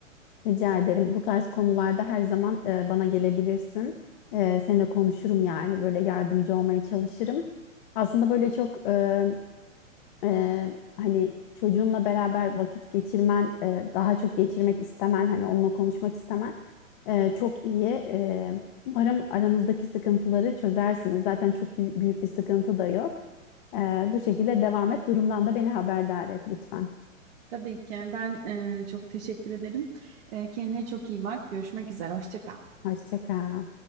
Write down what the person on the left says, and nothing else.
Rica ederim. Bu tarz konularda her zaman e, bana gelebilirsin. E, seninle konuşurum yani. Böyle yardımcı olmaya çalışırım. Aslında böyle çok e, Eee, hani çocuğunla beraber vakit geçirmen, eee, daha çok geçirmek istemen, hani onunla konuşmak istemen eee, çok iyi. Eee, umarım aranızdaki sıkıntıları çözersiniz. Zaten çok büy- büyük bir sıkıntı da yok. Eee, bu şekilde devam et. Durumdan da beni haberdar et lütfen.
Hoşça kal.